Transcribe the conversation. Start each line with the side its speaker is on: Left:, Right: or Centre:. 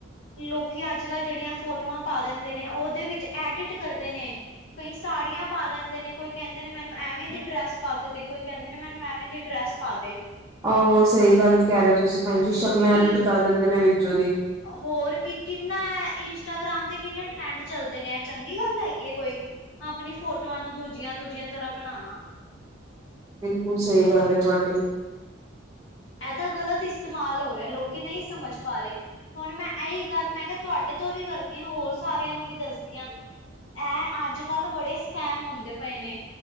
Left: ਲੋਕੀ ਅੱਜ-ਕੱਲ੍ਹ ਜਿਹੜੀਆਂ ਫੋਟੋਆਂ ਪਾ ਦਿੰਦੇ ਨੇ, ਉਹਦੇ ਵਿੱਚ ਐਡਿਟ ਕਰਦੇ ਨੇ। ਕਈ ਸਾੜੀਆਂ ਪਾ ਲੈਂਦੇ ਨੇ, ਕੋਈ ਕਹਿੰਦੇ ਨੇ ਮੈਨੂੰ ਐਵੇਂ ਦੀ ਡਰੈਸ ਪਾਕੇ ਦੇ, ਕੋਈ ਕਹਿੰਦੇ ਨੇ ਮੈਨੂੰ ਐਵੇਂ ਦੀ ਡਰੈਸ ਪਾਦੇ।
Right: ਆਹੋ! ਸਹੀ ਗੱਲ ਕਹਿ ਰਹੇ ਹੋ ਤੁਸੀਂ ਭੈਣ ਜੀ। ਸ਼ਕਲਾਂ
Left: ਕਿ
Right: ਐਡਿਟ ਦਿੰਦੇ ਨੇ ਵਿੱਚੋਂ ਦੀ
Left: ਹੋਰ ਕੀ ਕਿੰਨਾ ਐ ਇੰਸਟਾਗ੍ਰਾਮ ਤੇ ਕਿੰਨੇ ਟਰੈਂਡ ਚੱਲਦੇ ਨੇ। ਇਹ ਚੰਗੀ ਗੱਲ ਹੈਗੀ ਹੈ ਕੋਈ ਆਪਣੀ ਫੋਟੋਆਂ ਨੂੰ ਦੂਜੀਆਂ-ਦੂਜੀਆਂ ਤਰ੍ਹਾਂ ਬਣਾਣਾ।
Right: ਬਿਲਕੁਲ ਸਹੀ ਗੱਲ ਹੈ ਤੁਹਾਡੀ।
Left: ਇਹਦਾ ਗ਼ਲਤ ਇਸਤੇਮਾਲ ਹੋ ਰਿਹਾ ਲੋਕੀ ਨਹੀਂ ਸਮਝ ਪਾਰਹੇ। ਹੁਣ ਮੈਂ ਇਹੀ ਗੱਲ ਮੈਂ ਕਿਹਾ ਤੁਹਾਡੇ ਤੋਂ ਵੀ ਕਰਦੀ ਆ, ਹੋਰ ਸਾਰਿਆਂ ਨੂੰ ਵੀ ਦੱਸਦੀ ਆ। ਐਂ ਅੱਜ-ਕੱਲ੍ਹ ਬੜੇ ਸਕੈਮ ਹੁੰਦੇ ਪਏ ਨੇ।